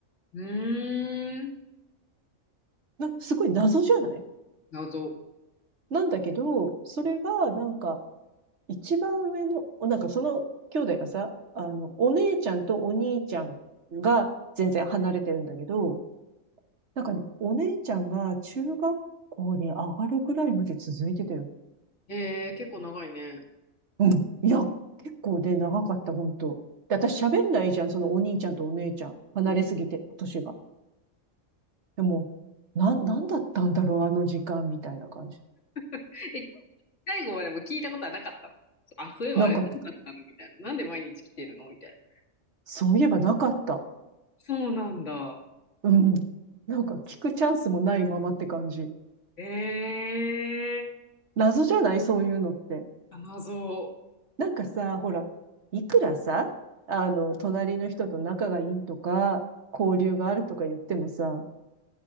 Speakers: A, on the left; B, on the right.
A: うーん。
B: な、すごい謎じゃない
A: 謎。
B: なんだけど、それが、なんか、一番上の、なんかその兄弟がさ、あの、お姉ちゃんとお兄ちゃんが全然離れてるんだけど、なんかね、お姉ちゃんが中学校に上がるぐらいまで続いてたよ。
A: へえー、結構長いね。
B: うん。いや、結構ね、長かった、本当で、私喋んないじゃん、そのお兄ちゃんとお姉ちゃん。離れすぎて、
A: うん、
B: 年が。でも、な、なんだったんだろう、あの時間みたいな感じ。
A: <laughs> え、最後までも聞いたことはなかったの。あ、そういえばあれ何だったのみたいな。
B: なかった。
A: なんで毎日来てるのみたいな。
B: そういえばなかった。
A: そうなんだ。
B: うん。なんか聞くチャンスもないままって感じ。
A: ええー。
B: 謎じゃないそういうのって。
A: あ謎。
B: なんかさ、ほら、いくらさ、あの、隣の人と仲がいいとか、交流があるとか言ってもさ、